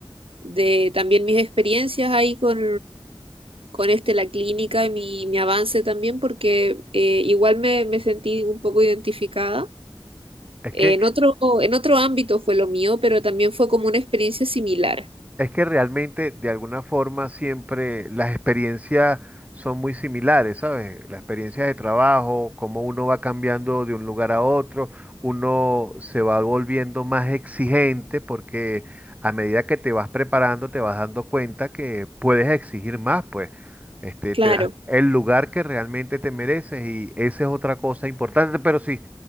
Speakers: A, on the right; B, on the right.
A: de también mis experiencias ahí con, con este, la clínica y mi, mi avance también, porque eh, igual me, me sentí un poco identificada.
B: Es
A: Eh,
B: que
A: en otro, en otro ámbito fue lo mío, pero también fue como una experiencia similar.
B: Es que realmente, de alguna forma, siempre las experiencias son muy similares, ¿sabes? Las experiencias de trabajo, cómo uno va cambiando de un lugar a otro, uno se va volviendo más exigente porque a medida que te vas preparando, te vas dando cuenta que puedes exigir más, pues. Este,
A: Claro,
B: te das el lugar que realmente te mereces y esa es otra cosa importante, pero sí.